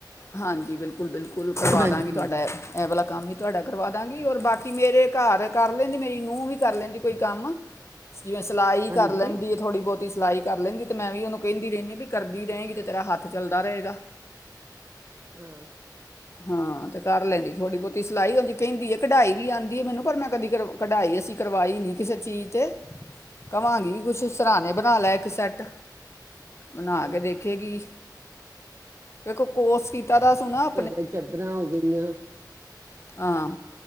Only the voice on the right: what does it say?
ਹਾਂਜੀ
ਹਾਂਜੀ
ਹਾਂ
ਹਾਂ
ਤੇ ਚਾਦਰਦਰਾਂ ਹੋ ਗਈਆਂ